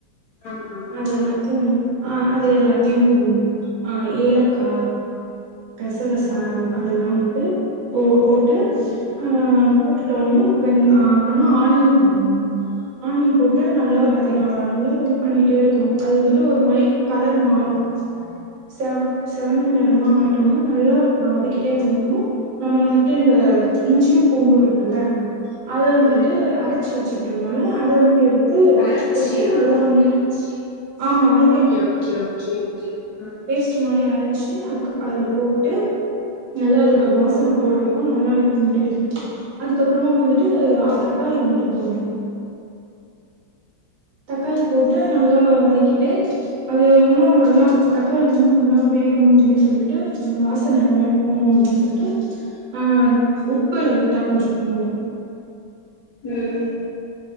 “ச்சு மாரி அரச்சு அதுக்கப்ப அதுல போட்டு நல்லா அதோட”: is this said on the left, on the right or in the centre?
Right